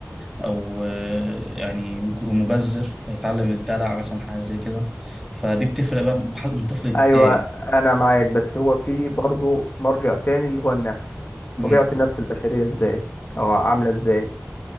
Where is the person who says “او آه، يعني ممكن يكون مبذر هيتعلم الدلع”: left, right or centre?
Centre